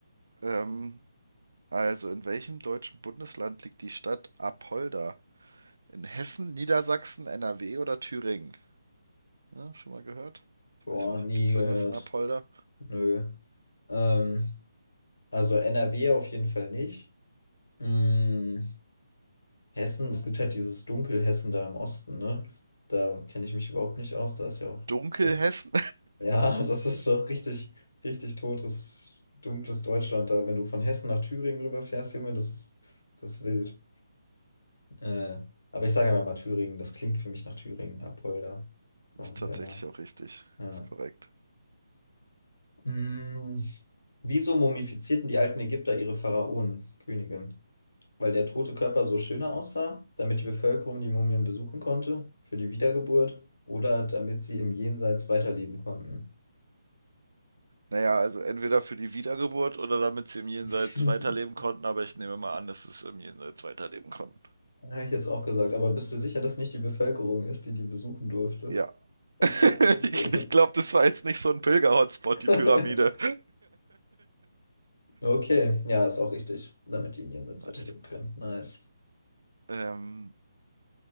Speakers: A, on the right (about 80°); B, on the left (about 85°).
A: Ähm, also, in welchem deutschen Bundesland liegt die Stadt Apolda? In Hessen, Niedersachsen, NRW oder Thüringen? Ja, schon mal gehört? Ich
B: Boah,
A: weiß nicht.
B: nie
A: Gibt es
B: gehört.
A: irgendwas in Apolda?
B: Nö. Ähm, also NRW auf jeden Fall nicht. Mm, Hessen, es gibt halt dieses Dunkelhessen da im Osten, ne? Da kenne ich mich überhaupt nicht aus. Da ist ja auch
A: Dunkelhessen?
B: das, ja, <laughs> das ist doch richtig, richtig totes, dunkles Deutschland da. Wenn du von Hessen nach Thüringen rüberfährst, Junge, das ist das ist wild. Äh, aber ich sage einfach mal Thüringen. Das klingt für mich nach Thüringen, Apolda von
A: Ist tatsächlich
B: Denner.
A: auch richtig.
B: Ja.
A: Ist korrekt.
B: Mm, Wieso mumifizierten die alten Ägypter ihre Pharaonen, Könige? Weil der tote Körper so schöner aussah, damit die Bevölkerung die Mumien besuchen konnte, für die Wiedergeburt oder damit sie im Jenseits weiterleben konnten.
A: Naja, also entweder für die Wiedergeburt oder damit sie im Jenseits
B: <laughs>
A: weiterleben konnten, aber ich nehme mal an, dass es im Jenseits weiterleben konnten.
B: Habe ich jetzt auch gesagt, aber bist du sicher, dass nicht die Bevölkerung ist, die die besuchen durfte?
A: Ja. <laughs>
B: <laughs> Okay.
A: Ich, ich glaube, das war jetzt nicht so ein Pilger-Hotspot, die
B: <laughs>
A: Pyramide.
B: Okay, ja, ist auch richtig, damit die im Jenseits
A: Nice.
B: weiterleben können. Nice.
A: Ähm,